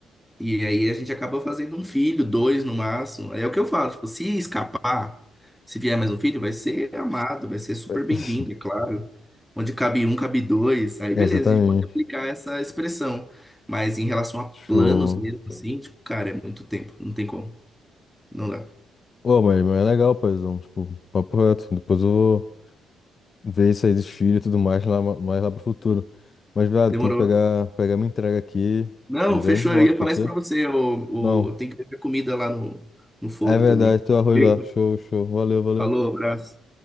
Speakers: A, in the centre; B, on the left (about 40°).
A: E aí a gente acaba fazendo um filho, dois no máximo. É o que eu falo, tipo, se escapar, se vier mais um filho, vai ser amado, vai ser super
B: <laughs>
A: bem-vindo, é claro. Onde cabe um, cabe dois. Aí
B: Exatamente.
A: beleza, a gente pode aplicar essa expressão. Mas em relação a planos
B: Show.
A: mesmo, assim, tipo, cara, é muito tempo, não tem como, não dá.
B: Ô, mas, mas é legal, paizão. Tipo, papo reto. Depois eu vou ver isso aí dos filhos e tudo mais lá, mais lá pro futuro. Mas, velho,
A: Demorou.
B: tem que pegar, pegar minha entrega aqui.
A: Não,
B: Já já
A: fechou,
B: a gente volta,
A: eu ia
B: pode
A: falar isso
B: ser?
A: pra você, o,
B: Não.
A: o, tem que ter comida lá no, no fogo
B: É verdade,
A: também.
B: teu arroz
A: Valeu,
B: lá. Show, show. Valeu, valeu.
A: falou, abraço.